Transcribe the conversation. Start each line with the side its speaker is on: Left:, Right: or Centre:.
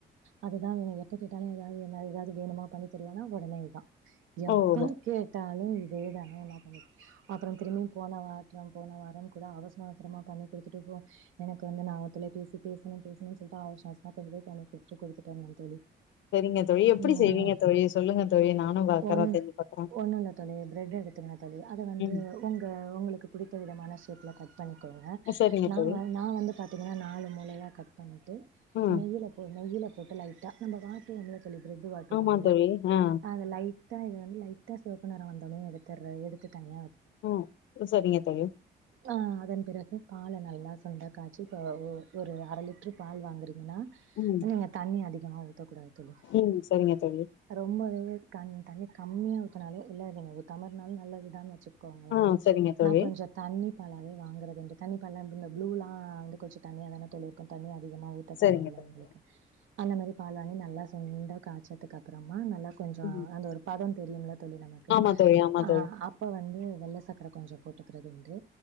Right: அது இதான் வேணு எப்ப கேட்டாலு ஏதாவது வேணுமா ஏதாவது வேணுமா பண்ணி தரட்ட டோனா ஒடனே இதா எப்ப
Left: ஓஹோ
Right: கேட்டா ஹலோ இதே தானோ நா பண்ணி அப்பற திரும்பவு போன போன வார கூட அவசர அவசரமா பண்ணி கொடுத்துட்டு போ எனக்கு வந்து நான் தொலை பேசி பேசணு பேச ம் சொல்லிட்டு அவசர அவசரமா கொண்டு போய் பண்ணி கொடுத்துட்டு கொடுத்துட்டு வந்தே தோழி
Left: சரிங்க தோழி
Right: ம்
Left: எப்டி செய்வீங்க தோழி சொல்லுங்க தோழி நானு பாக்குறே
Right: ஒன்னு
Left: செஞ்சு பாக்குறே
Right: ஒன்னுயில்ல தோழி பிரெட் எடுத்துக்குங்க தோழி அத வந்து
Left: ம்
Right: உங்க உங்களுக்கு பிடித்த விதமான <unintelligible> பண்ணிகோங்க
Left: சரிங்க
Right: நா
Left: தோழி
Right: நான் வந்து பாத்தீங்கன்னா நாலு மூலையா கட் பண்ணிட்டு
Left: ம்
Right: நெய்யில போ நெய்யில போட்டு லைட்டா நம்ம வாட்டுவம்ளே சொல்லி பிரெட் வாட்டுவோம்ல
Left: ஆமா தோழி ஆ
Right: அத லைட் ட்டா லைட்டா சிவப்பு நிறம் வந்ததும் எடுத்தற எடுத்துட்டேங்க
Left: ஹும் சரிங்க தோழி
Right: ஆஹ் அதன் பிறகு பாலே நல்லா சுண்ட காய்ச்சி ஒரு அரைலி ட்டர் பால் வாங்குறீங்கன்னா
Left: ம்
Right: நீங்க தண்ணி அதி <unintelligible> ஊத்த கூடாது தோழி
Left: ம் சரிங்க தோழி
Right: ரொம்பவே இத தண்ணி கம்மியா ஊத்துனாலே இல்லேஜ இல்லேடம்ளர்னாலு நல்லா விடாம வச்சுக் க்கோங்களே
Left: ஆ சரிங்க தோழி
Right: நா கொஞ்சம் தண்ணி பாலாவே வாங்குறதுன்டு தண்ணி பால்னா புளூலா வந்து கொஞ்ச தண்ணியா தானே தோழி இருக்கு தண்ணியே <unintelligible> அதிகமா ஊத்த
Left: சரிங்க
Right: தேவை இல்லை
Left: தோழி
Right: உங்களுக்கு அந்த மாரி பால் வாங்கி நல்லா சுண்ட காய்ச்சனதுக்கு அப்பறமா நல்லா கொஞ்ச
Left: ம்
Right: அந்த ஒரு பதம் தெரியலங்களே <unintelligible> தோழி நமக்கு
Left: ஆமா தோழி ஆமா
Right: ஆஹ்
Left: தோழி
Right: அப்ப வந்து வெள்ள சக்கர கொஞ்ச போட்டுக்கறது உண்டு